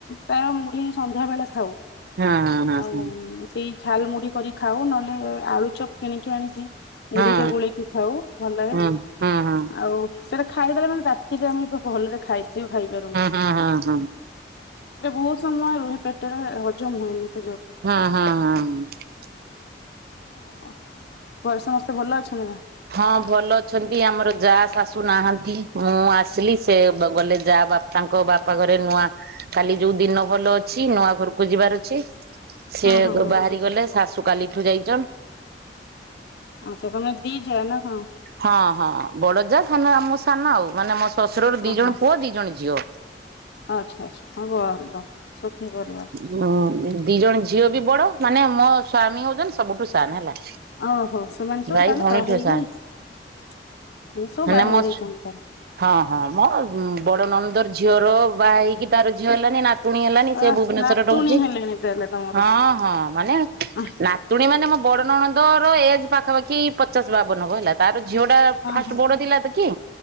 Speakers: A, on the left; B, on the right.
A: ପ୍ରାୟ ମୁଢି ସନ୍ଧ୍ୟା ବେଳେ ଖାଉ।
B: ହଁ
A: ଆଉ
B: ହଁ
A: ସେଇ ଝାଲ ମୁଢି କରି ଖାଉ ନହେଲେ ଆଳୁ ଚପ କିଣିକି ଆଣିକି ମୁଢିରେ
B: ହଁ
A: ଗୋଳେଇକି ଖାଉ ଭଲ ଲାଗେ।
B: ହଁ ହଁ
A: ଆଉ ସେଇଟା ଖାଇଦେଲେ ମାନେ ରାତିରେ ଆମେ ଏବେ ଭଲରେ ଖାଦ୍ୟ ଖାଇପାରୁନି।
B: ହଁ ହଁ ହଁ ହଁ ହଁ ହଁ ହଁ
A: ଏ ବହୁତ ସମୟ ରୁହେ ପେଟରେ ହଜମ ହୁଏନି ଏତେ ଜ
B: ହଁ, ହଁ, ହଁ।
A: ଓହ ଘରେ ସମସ୍ତେ ଭଲ ଅଛନ୍ତି ନା?
B: ହଁ ଭଲ ଅଛନ୍ତି ଆମର ଯା, ଶାଶୁ ନାହାନ୍ତି ମୁଁ ଆସିଲି ସେ ଗଲେ ଯା ବାପା ତାଙ୍କ ବାପା ଘରେ ନୂଆ କାଲି ଯୋଉ ଦିନ ଭଲ ଅଛି। ନୂଆ ଘରକୁ ଯିବାର ଅଛି। ସିଏ
A: ହଁ ହଁ ହଁ
B: ବାହାରି ଗଲେ ଶାଶୁ କାଲିଠୁ ଯାଇଛନ୍।
A: ଆଚ୍ଛା ତମେ ଦି ଜା ନା କଣ?
B: ହଁ ହଁ ବଡଜା ସାନ ଆମ ସାନ ଆଉ ମାନେ ମୋ ଶ୍ୱଶୁରର
A: ହଁ
B: ଦି ଜଣ
A: ହଁ
B: ପୁଅ, ଦି ଜଣ ଝିଅ।
A: ଆଚ୍ଛା ଆଚ୍ଛା ହ ଭଲ ଶୁଖି ପରିବାର।
B: ହୁଁ ଦି ଜଣ ଝିଅ ବି ବଡ ମାନେ ମୋ ସ୍ଵାମୀ ହଉଛନ୍ତି ସବୁଠୁ ସାନ ହେଲା।
A: ଓହୋ ସେମାନେ ସବୁ
B: ଭାଇ
A: ତାହେଲେ
B: ଭଉଣୀଠୁ
A: ବାହା ହେଇକି
B: ସାନ
A: ସବୁ
B: ମାନେ
A: ବାହା
B: ମୋ
A: ହେଇଯାଇଛନ୍ତି ତାହେଲେ।
B: ହଁ ହଁ ମୋ ବଡ ନଣନ୍ଦର ଝିଅର ବାହା ହେଇକି ତାର ଝିଅ ହେଲାନି ନାତ୍ ନାତୁଣୀ ହେଲାନି
A: ଅ
B: ସେ ଭୁବନେଶ୍ଵରରେ
A: ନାତୁଣୀ
B: ରହୁଛି।
A: ହେଲେଣି ତାହେଲେ ତମର
B: ହଁ ହଁ ମାନେ
A: ହଁ
B: ନାତୁଣି ମାନେ ମୋ ବଡ ନଣନ୍ଦର ଏଜ ପାଖାପାଖି ପଚାଶ, ବାବନ ହବ ହେଲା। ତାର ଝିଅଟା ଫାଷ୍ଟ
A: ହଁ
B: ବଡ ଥିଲା ତ କି?